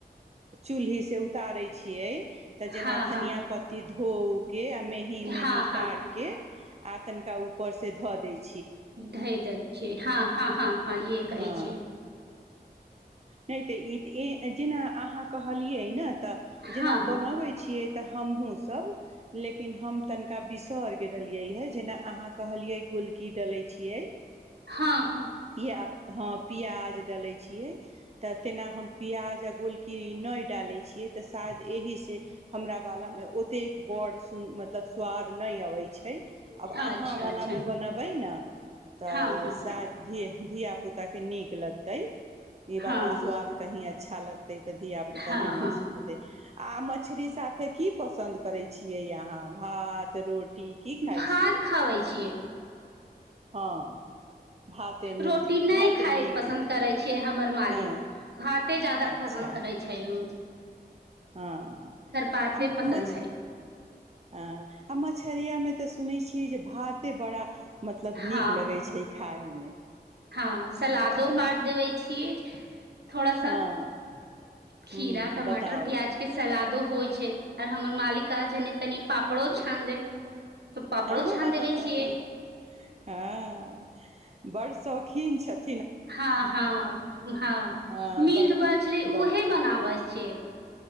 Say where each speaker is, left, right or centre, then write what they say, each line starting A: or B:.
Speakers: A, on the right; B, on the right.
A: चूल्ही से उतारे छियै तऽ जेना
B: हँ
A: धनिया
B: हँ
A: पत्ती धो के आ मेहीं मेही
B: हँ हँ
A: काट के आ तनका ऊपर ऊपर से धऽ दै छै
B: धै द छै हँ हँ हँ हँ इहे कहै
A: हँ
B: छियै
A: नहि तऽ ई तऽ जेना अहाँ कहलियै ने तऽ
B: हँ
A: जेना
B: हँ
A: बनाबै छियै तऽ हमहूँ सब लेकिन हम तनिका बिसरि गेलियै ह जेना अहाँ कहलियै गोलकी डलै छियै
B: हँ हँ
A: पिया हँ प्याज डालै छियै तऽ तेना हम प्याज आओ गोलकिननी नहि डालै छियै तऽ शायद एहिसँ हमरा बालामे ओतेक बड़ सुन मतलब स्वाद नहि अबै छै आब
B: हँ
A: अहाँ
B: अच्छा
A: वलामे
B: अच्छा
A: बनबै ने तऽ
B: हँ हँ
A: शद ध धिया पुता के नीक लगते ई
B: हँ
A: वाला स्वाद कही अच्छा लगत तै तऽ धिया पुता
B: हँ
A: न मन
B: हँ
A: सिखतै आ मछरी साथे की पसन्द करे छियै अहाँ भात तऽ रोटी की खाइ
B: भात
A: छियै
B: खाबै छियै
A: हँ भाते नीक
B: रोटी नहि
A: भाते
B: खााय
A: नीक
B: पसन्द करै छियै हमर मालिक
A: हँ
B: भ कते जादा
A: अच्छा
B: पसन्द करै छै उ
A: हँ
B: भाते
A: आ
B: पसन्द
A: मछ
B: हइ
A: अ आ मछरियामे तऽ सुनै छियै जे भाते बड़ा मतलब
B: हँ
A: नीक लगै छै खायमे
B: हँ सलादो
A: आ अपना
B: काट देबे छियै थोड़ा सा
A: हँ
B: खीरा
A: ह
B: टमाटर
A: बताउ
B: प्याज के सलादो होइ छै आर हमर मालिका छै तनी पापड़ो छाँन दे तऽ पापड़ो
A: हँ
B: छान देबै छियै
A: हँ बड़ शौखीन छथि
B: हँ हँ हँ
A: हँ
B: मीट
A: बड़
B: बचलै
A: बड़
B: उहे बनाबै छै